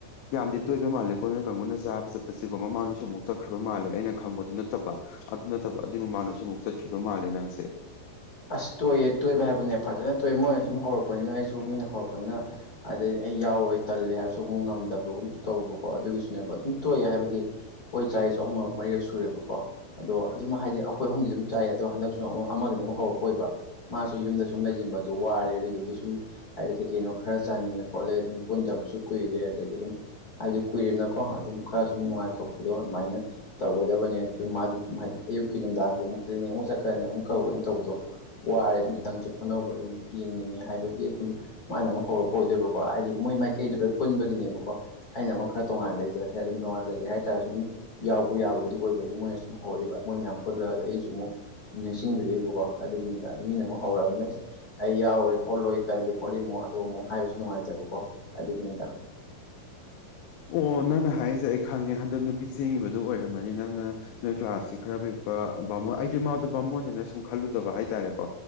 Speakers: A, on the left (about 85°); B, on the left (about 55°).
A: ꯌꯥꯝꯗꯤ ꯇꯣꯏꯕ ꯃꯥꯜꯂꯦꯀꯣ ꯅꯣꯏ ꯀꯥꯡꯕꯨꯅ ꯆꯥꯕ ꯆꯠꯄꯁꯤꯀꯣ ꯃꯃꯥꯡꯗꯁꯨ ꯑꯃꯨꯛ ꯆꯠ ꯈ꯭ꯔꯕ ꯃꯥꯜꯂꯦ ꯑꯩꯅ ꯈꯪꯕꯗꯨ ꯅꯠꯇꯕ ꯑꯗꯨ ꯅꯠꯇꯕ ꯑꯗꯨꯏ ꯃꯃꯥꯡꯗꯁꯨ ꯑꯃꯨꯛ ꯆꯠꯈꯤꯕ ꯃꯥꯜꯂꯦ ꯅꯪꯁꯦ
B: ꯑꯁ ꯇꯣꯏꯌꯦ ꯇꯣꯏꯕ ꯍꯥꯏꯕꯨꯅꯦ ꯐꯖꯅ ꯇꯣꯏ ꯃꯣꯏꯅ ꯁꯨꯝ ꯍꯧꯔꯛꯄꯅꯤꯅ ꯑꯩꯁꯨ ꯃꯤꯅ ꯍꯧꯔꯛꯄꯅꯤꯅ ꯑꯗꯩ ꯑꯩ ꯌꯥꯎꯔꯣꯏ ꯇꯜꯂꯦ ꯍꯥꯏꯕꯁꯨ ꯑꯃꯨꯛ ꯉꯝꯗꯕꯒꯨꯝꯕꯁꯨ ꯇꯧꯕꯀꯣ ꯑꯗꯨꯒꯤꯁꯨꯅꯦꯕ ꯑꯗꯨꯝ ꯇꯣꯏꯑꯦ ꯍꯥꯏꯕꯗꯤ ꯈꯣꯏ ꯆꯥꯏꯁꯨ ꯑꯍꯨꯝꯔꯛ ꯃꯔꯤꯔꯛ ꯁꯨꯔꯦꯕꯀꯣ ꯑꯗꯣ ꯑꯗꯨꯝ ꯍꯥꯏꯗꯤ ꯑꯩꯈꯣꯏ ꯑꯍꯨꯝꯗꯤ ꯑꯗꯨꯝ ꯆꯥꯏꯌꯦ ꯑꯗꯣ ꯍꯟꯗꯛꯁꯨ ꯑꯃꯨꯛ ꯑꯃꯗꯨꯗ ꯍꯧꯔꯛ ꯑꯣꯏꯕ ꯃꯥꯁꯨ ꯌꯨꯝꯗ ꯁꯨꯝ ꯂꯩꯖꯤꯟꯕꯗꯣ ꯋꯥꯔꯦ ꯑꯗꯨꯗꯨꯒꯤ ꯁꯨꯝ ꯍꯥꯏꯗꯤ ꯀꯩꯀꯩꯅꯣ ꯈꯔ ꯆꯥꯅꯤꯡꯉꯦ ꯈꯣꯠꯂꯦ ꯑꯗꯨꯝ ꯄꯨꯟꯗꯕꯁꯨ ꯀꯨꯏꯔꯦ ꯑꯗꯒꯤ ꯑꯗꯨꯝ ꯍꯥꯏꯕꯗꯤ ꯀꯨꯏꯔꯦꯅꯀꯣ ꯑꯗꯨꯝ ꯈꯔ ꯁꯨꯝ ꯅꯨꯡꯉꯥꯏꯊꯣꯛꯄꯗꯣ ꯑꯗꯨꯃꯥꯏꯅ ꯇꯧꯒꯗꯕꯅꯤ ꯑꯗꯨꯝ ꯃꯥꯗꯨ ꯑꯗꯨꯝ ꯍꯥꯏꯗꯤ ꯑꯌꯨꯛꯀꯤ ꯅꯨꯡꯗꯥꯡꯒꯤ ꯑꯃꯨꯛ ꯀ꯭ꯂꯤꯅꯤꯛ ꯑꯃꯨꯛ ꯆꯠꯀꯅꯤ ꯑꯃꯨꯛ ꯀꯧꯒꯅꯤ ꯇꯧꯕꯗꯣ ꯋꯥꯔꯦ ꯑꯗꯨꯝ ꯈꯤꯇꯪꯖꯨ ꯑꯅꯧꯕ ꯑꯗꯨꯝ ꯌꯦꯡꯅꯤꯡꯉꯦ ꯍꯥꯏꯕꯒꯤ ꯑꯗꯨꯝ ꯃꯥꯅ ꯑꯃꯨꯛ ꯍꯧꯔꯛꯄ ꯑꯣꯏꯗꯣꯏꯕꯀꯣ ꯍꯥꯏꯗꯤ ꯃꯣꯏ ꯃꯥꯏꯀꯩꯗꯣ ꯂꯣꯏ ꯄꯨꯟꯕꯒꯤꯅꯦꯕꯀꯣ ꯑꯩꯅ ꯑꯃꯨꯛ ꯈꯔ ꯇꯣꯉꯥꯟꯅ ꯂꯩꯖꯈ꯭ꯔꯦ ꯑꯗꯨꯝ ꯇꯣꯉꯥꯟꯅ ꯂꯩꯒꯦ ꯍꯥꯏꯇꯥꯥꯔꯖꯨ ꯑꯗꯨꯝ ꯌꯥꯎꯕ ꯌꯥꯕꯕꯨꯗꯤ ꯑꯣꯏꯕꯒꯤ ꯃꯣꯏꯅ ꯁꯨꯝ ꯍꯧꯔꯛꯏꯕ ꯃꯣꯏ ꯃꯌꯥꯝ ꯄꯨꯜꯂꯒꯗ ꯑꯩꯁꯨ ꯑꯃꯨꯛ ꯁꯨꯝ ꯅꯤꯡꯁꯤꯡꯕꯤꯔꯛꯏꯕꯀꯣ ꯑꯗꯨꯒꯤꯅꯤꯗ ꯑꯗꯨ ꯃꯤꯅ ꯑꯃꯨꯛ ꯍꯧꯔꯛꯑꯕꯅꯤꯅ ꯏꯁ ꯑꯩ ꯌꯥꯎꯔꯣꯏ ꯈꯣꯠꯂꯣꯏ ꯇꯜꯂꯤ ꯈꯣꯠꯂꯤ ꯃꯨꯛ ꯑꯗꯨ ꯑꯃꯨꯛ ꯍꯥꯏꯕꯁꯨ ꯅꯨꯡꯉꯥꯏꯇꯕꯀꯣ ꯑꯗꯨꯒꯤꯅꯤꯗ
A: ꯑꯣ ꯅꯪꯅ ꯍꯥꯏꯖꯦ ꯑꯩ ꯈꯪꯉꯦ ꯍꯟꯗꯛ ꯅꯨꯄꯤ ꯆꯦꯟꯒꯤꯕꯗꯣ ꯑꯣꯏꯔꯝꯃꯅꯤ ꯅꯪꯅ ꯅꯣꯏ ꯀ꯭ꯂꯥꯁꯁꯤ ꯈꯔ ꯄꯤꯛꯄ ꯕꯥꯃꯣꯟ ꯑꯩꯗꯤ ꯃꯗꯣ ꯕꯥꯃꯣꯟꯅꯦꯅ ꯁꯨꯝ ꯈꯜꯂꯨꯗꯕ ꯍꯥꯏꯇꯥꯔꯦꯀꯣ